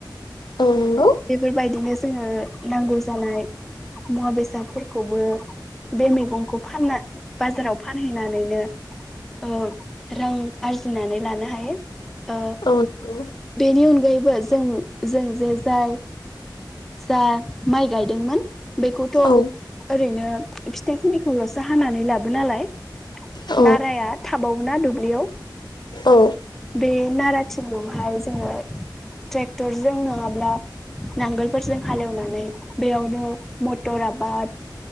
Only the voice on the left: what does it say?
औ नंगौ
औ नंगौ
औ
औ
औ